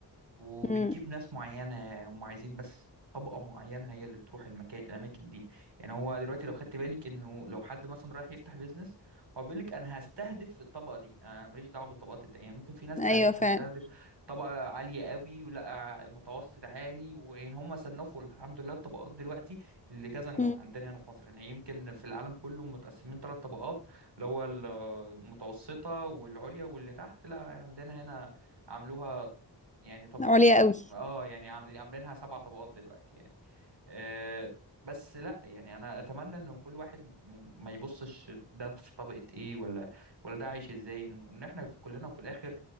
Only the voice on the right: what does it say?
وبتجيب
ناس معينة هم عايزين بس طبقة معينة هي اللي تروح المكان الأماكن دي يعني هو دلوقتي لو خدت بالك إنه لو حد مثلا رايح يفتح بيزنس هو بيقول لك أنا هستهدف الطبقة دي أنا ماليش دعوة بالطبقات التانية يعني ممكن في ناس
تت- تستهدف
طبقة عالية قوي ولا متوسط عالي وإن هم صنفوا الحمد لله الطبقات دلوقتي لكذا نوع
عندنا هنا في مصر يعني يمكن في العالم كله متقسمين ثلاث طبقات اللي هو المتوسطة والعليا واللي تحت لا عندنا هنا عملوها يعني طبقات
اه يعني عامل- عاملينها سبع طبقات دلوقتي يعني أه بس لا يعني انا اتمنى انه كل واحد من- ما يبصش ده في طبقة ايه ولا ولا ده عايش ازاي ان احنا في كلنا في الاخر